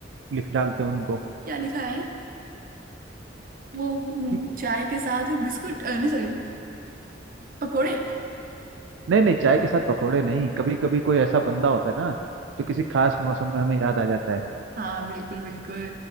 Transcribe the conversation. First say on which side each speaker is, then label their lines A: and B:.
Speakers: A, on the right; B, on the right.
A: लिख डालते हैं उनको
B: क्या लिखा है वो हम्म,
A: कि
B: चाय के साथ बिस्कुट अ, नहीं सॉरी पकोड़े
A: नहीं नहीं चाय के साथ पकोड़े नहीं कभी कभी कोई ऐसा बंदा होता है ना जो किसी खास मौसम में हमें याद आ जाता है
B: हाँ बिल्कुल बिल्कुल